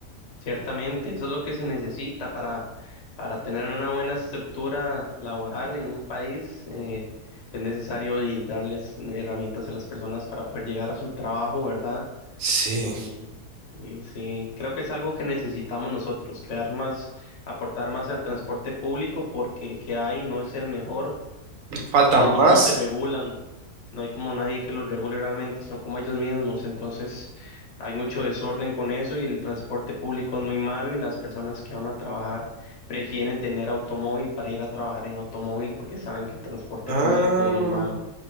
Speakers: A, on the left; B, on the right.
A: Ciertamente, eso es lo que se necesita para, para tener una buena estructura laboral en un país. eh, es necesario y darles herramientas a las personas para poder llegar a su trabajo, ¿verdad?
B: Sí,
A: Y, y sí, creo que es algo que necesitamos nosotros, crear más, aportar más al transporte público porque el que hay no es el mejor
B: faltan
A: ellos
B: más.
A: mismos se regulan, no hay como nadie que los regule realmente, son como ellos mismos, entonces hay mucho desorden con eso y el transporte público es muy malo y las personas que van a trabajar prefieren tener automóvil para ir a trabajar en automóvil porque saben que el transporte
B: Ah.
A: público es muy malo.